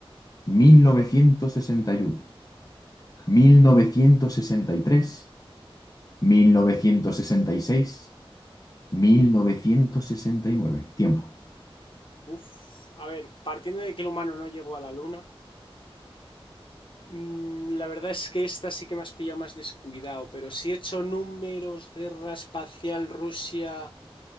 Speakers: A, on the left (about 40°); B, on the left (about 55°).
A: ¿1961, 1963, 1966, 1969? Tiempo.
B: Uf. A ver, partiendo de que el humano no llegó a la luna, mm, la verdad es que esta sí que me has pillado más descuidado, pero si he hecho números, guerra espacial, Rusia,